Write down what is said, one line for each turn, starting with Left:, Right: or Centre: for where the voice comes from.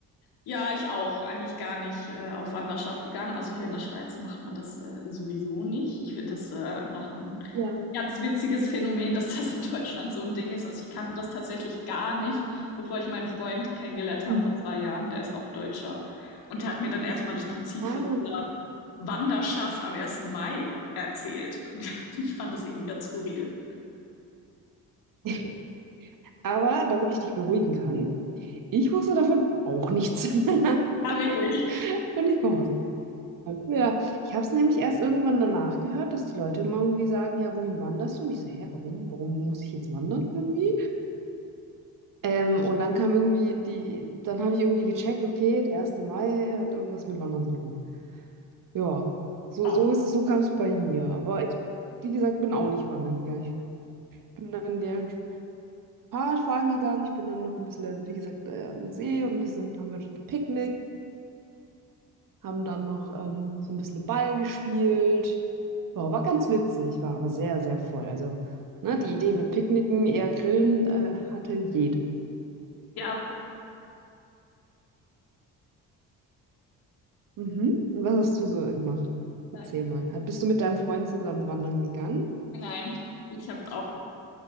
Left: Ja, ich auch. Eigentlich gar nicht äh, auf Wanderschaft gegangen. Also hier in der Schweiz macht man das äh, sowieso nicht. Ich finde das äh, noch ein
Right: Ja.
Left: ganz witziges Phänomen, <laughs> dass das in Deutschland so ein Ding ist. Also ich kannte das tatsächlich gar nicht, bevor ich meinen Freund kennengelernt habe
Right: Hm.
Left: vor zwei Jahren. Der ist auch Deutscher. Und der hat mir dann erstmal das Prinzip
Right: Ah.
Left: von dieser Wanderschaft am ersten Mai erzählt. <laughs> Ich fand das irgendwie ganz skurril.
Right: <laughs> Aber damit ich dich beruhigen kann, ich wusste davon auch nichts. <laughs>
Left: Ja, wirklich.
Right: Und ich komme aus Deutschland. Ja, ich habe es nämlich erst irgendwann danach gehört, dass die Leute immer irgendwie sagen, ja, wohin wanderst du? Und ich so, hä, warum? Warum muss ich jetzt wandern irgendwie? Ähm, und dann kam irgendwie die, dann habe ich irgendwie gecheckt, okay, der erste Mai hat irgendwas mit Wandern zu tun. Ja, so,
Left: Ja,
Right: so ist, so kam es bei mir. Aber ich, wie gesagt, bin auch nicht wandern gegangen. Ich bin an der Fahrradfahren gegangen. Ich bin dann noch ein bisschen, wie gesagt, äh, an den See und ein bisschen haben wir dort gepicknickt, haben dann noch ähm, so ein bisschen Ball gespielt. Ja, war ganz witzig, war aber sehr, sehr voll. Also, ne, die Idee mit Picknicken, eher Grillen, äh, hatte jeder.
Left: ja,
Right: Mhm. Und was hast du so gemacht?
Left: vielleicht.
Right: Erzähl mal. Hat- Bist du mit deinem Freund zusammen wandern gegangen?
Left: Nein, ich habe auch